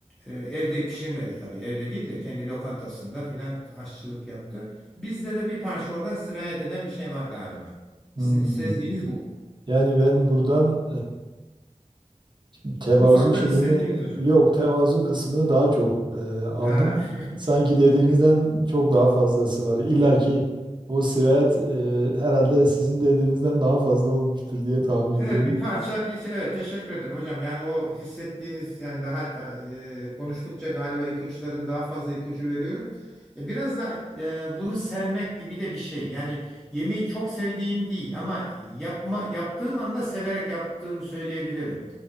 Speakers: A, in the centre; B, on the right.
A: e, evde pişirmedi tabii, evde değil de kendi lokantasında filan aşçılık yaptı. Bizde de bir parça oradan sirayet eden bir şey var galiba.
B: Hmm.
A: Sizin sezdiğiniz bu.
B: Yani ben buradan e, Tevazu
A: Uzaktan
B: şeyini
A: hissettiğiniz hocam.
B: yok tevazu kısmını daha çok e, aldım.
A: Ha, <laughs>
B: Sanki dediğinizden
A: Teşekkür.
B: çok daha fazlası var. İlla ki o sirayet e, herhalde sizin dediğinizden daha fazla olmuştur diye tahmin
A: Evet,
B: ediyorum.
A: bir parça bir şey, evet teşekkür ederim hocam. Yani o hissettiğiniz yani daha da, e, konuştukça galiba ipuçların daha fazla ipucu veriyorum. E, biraz da e, bunu sevmek gibi de bir şey. Yani yemeği çok sevdiğim değil ama yapma yaptığım anda severek yaptığımı söyleyebilirim.